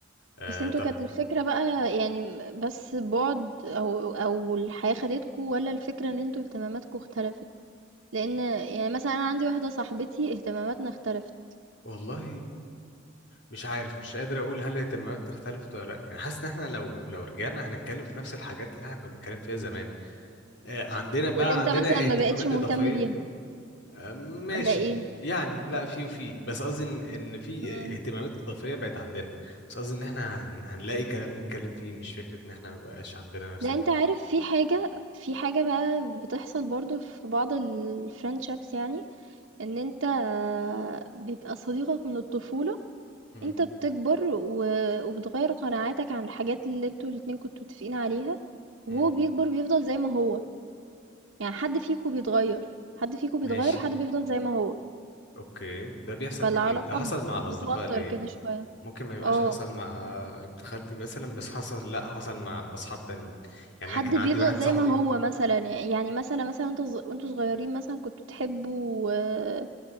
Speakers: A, on the left; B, on the right.
A: آه
B: بس انتوا
A: طب
B: كانت الفكرة بقى يعني بس بعد او او الحياة خدتكوا ولا الفكرة ان انتوا اهتماماتكوا اختلفت لان يعني مثلا انا عندي واحدة صاحبتي اهتماماتنا اختلفت
A: والله مش عارف مش قادر اقول هل اهتماماتنا اختلفت ولا لا يعني حاسس ان احنا لو لو رجعنا هنتكلم في نفس الحاجات اللي احنا كنا بنتكلم فيها زمان آه، عندنا بقى
B: واللي انت
A: عندنا
B: مثلا ما
A: اهتمامات
B: بقتش مهتم
A: اضافيه
B: بيها
A: آه، ماشي
B: ولا ايه
A: يعني لا في وفي بس قصدي ان إن في
B: مم.
A: اهتمامات اضافيه بقت عندنا بس قصدي ان احنا هن- هنلاقي كلام نتكلم فيه مش فكره ان احنا ما بقاش عندنا نفس
B: لا
A: الاهتمامات
B: انت عارف في حاجة في حاجة بقى بتحصل برضو في بعض الفريندشيبس يعني إن أنت بيبقى صديقك من الطفولة،
A: امم
B: أنت بتكبر و وبتغيّر قناعاتك عن الحاجات اللي أنتم الاتنين كنتم متفقين عليها، وهو
A: امم
B: بيكبر بيفضل زي ما هو، يعني حد فيكم بيتغيّر، حد فيكم بيتغيّر
A: ماشي
B: وحد بيفضل زي ما هو،
A: اوكي ده بيحصل
B: فالعلاقة
A: كتير ده حصل مع اصدقاء
B: بتتوتر
A: ليا
B: كده شوية.
A: ممكن ما يبقاش
B: آه،
A: حصل مع ابن خالتي مثلا بس حصل لا حصل مع اصحاب تانيين يعني
B: حد
A: انا كان عندي
B: بيفضل
A: واحد
B: زي
A: صاحبي
B: ما هو مثلًا، يعني مثلًا مثلًا وأنت ص وأنتم صغيّرين مثلًا كنتم بتحبوا آه،